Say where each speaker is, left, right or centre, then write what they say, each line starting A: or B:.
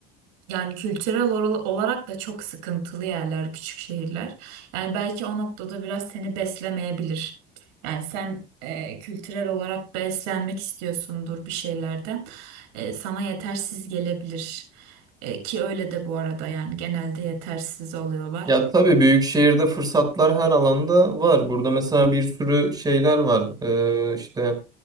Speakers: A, on the right (about 85°); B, on the right (about 20°).
A: Yani kültürel or- olarak da çok sıkıntılı yerler, küçük şehirler. Yani belki o noktada biraz seni beslemeyebilir. Yani sen e, kültürel olarak beslenmek istiyorsundur bir şeylerden. E, sana yetersiz gelebilir. E, ki öyle de bu arada yani genelde yetersiz oluyorlar.
B: Ya tabii büyük şehirde fırsatlar her alanda var. Burada mesela bir sürü şeyler var. Ee, işte